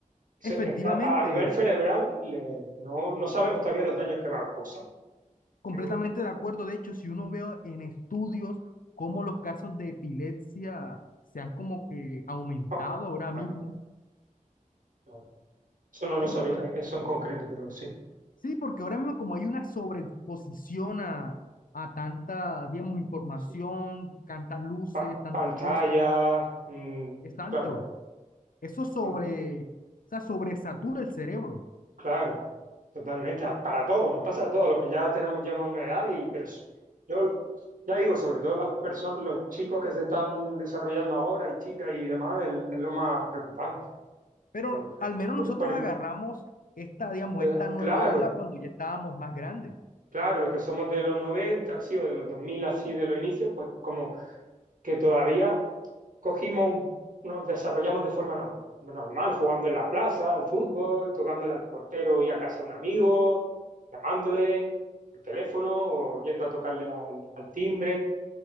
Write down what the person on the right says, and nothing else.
Se-
eh, A, a nivel cerebral le- no, no sabemos todavía los daños que va a causar,
pero
oh,
vale,
vale. Eso no lo
sabía,
eh, eso en concreto, pero
sí.
pa-
pantallas,
mm,
claro,
to-
claro, totalmente, a- para todos, nos pasa a todos los que ya tenemos ya más una edad y pero s- yo ya digo, sobre todo las personas, los chicos que se están desarrollando ahora y chicas y demás, el- es, lo más preocupante
por,
por-
por el-
cla-
claro,
claro, los que somos de los 90 así, o de los 2000 así, de los inicios, pues como que todavía cogimos un- nos desarrollamos de forma norm- normal, jugando en la plaza, al fútbol, tocándole al portero y a casa de un amigo, llamándole al teléfono o yendo a tocarle al, al timbre.